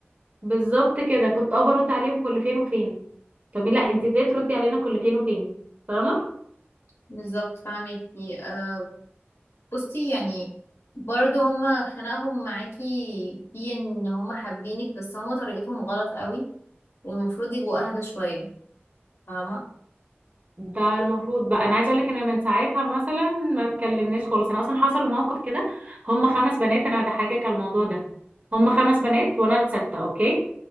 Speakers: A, on the right; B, on the left.
A: بالظبط كده كنت اه برد عليهم كل فين وفين طب لا انت ازاي تردي علينا كل فين وفين فاهمه
B: بالظبط فاهمكي أه بصي يعني برضه هما خناقهم معاكي في ان هما حابينك بس هما طريقتهم غلط قوي والمفروض يبقوا اهدى شويه فاهمه
A: ده المفروض بقى انا عايزه اقول لك ان من ساعتها مثلا ما اتكلمناش خالص انا اصلا حصل موقف كده هم خمس بنات انا هضحكك على الموضوع ده هم خمس بنات وانا السادسه اوكي